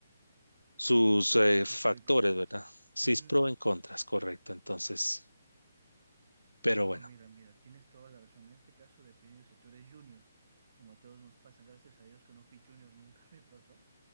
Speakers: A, on the left; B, on the right.
A: sus
B: <laughs>
A: eh,
B: sus
A: factores,
B: pros y contras.
A: ¿verdad? Sí,
B: Ujú.
A: es pro en contras, correcto. Entonces, pero
B: Todo,
A: bueno.
B: mira, mira, tienes toda la razón. En este caso, dependiendo si tú eres junior, como a todos nos pasan, gracias a Dios que no fui junior, nunca <laughs> me pasó,